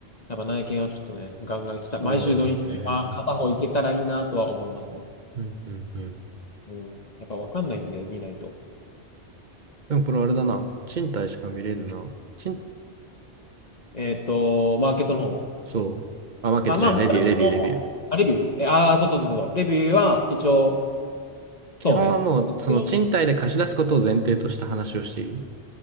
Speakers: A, on the left (about 40°); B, on the right (about 45°).
A: やっぱ内見はちょっとね、ガンガン来た。
B: そうだね。
A: 毎週土日は片方行けたらいいなとは思いますね。
B: うん、うん、うん。
A: うん。やっぱわかんないんで、見ないと。
B: でもこれあれだな。賃貸しか見れんな。賃、
A: えっと、マーケットの方。
B: そう。あ、マーケットじゃない。
A: あ、まあ、
B: レビュー、
A: 少なくも、
B: レビュー、レビュー。
A: あ、レビューえ、あー、そうそうそうそう。レビューは、一応、そうね。
B: 基本はもう、
A: 一応
B: その賃貸で貸し出すことを前提とした話をしている。